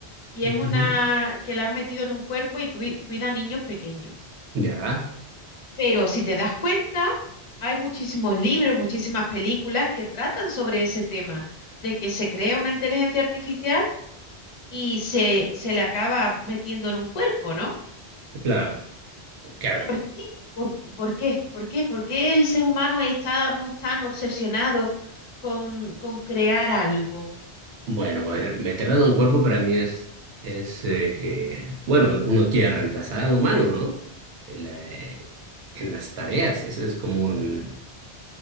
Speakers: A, on the left; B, on the right.
A: y
B: Ujú.
A: es una que la han metido en un cuerpo y cui- cuida a niños pequeños.
B: Ya,
A: Pero si te das cuenta, hay muchísimos libros, muchísimas películas que tratan sobre ese tema, de que se crea una inteligencia artificial y se, se le acaba metiendo en un cuerpo, ¿no?
B: claro, claro.
A: ¿Por qué? ¿Por, qué? por qué? ¿Por qué? ¿Por qué el ser humano estamos tan obsesionados con, con crear algo?
B: Bueno, eh, veterano en cuerpo para mí es, es eh, que, bueno, uno quiere reemplazar al humano, ¿no? En, la- eh, en las tareas, eso es como un,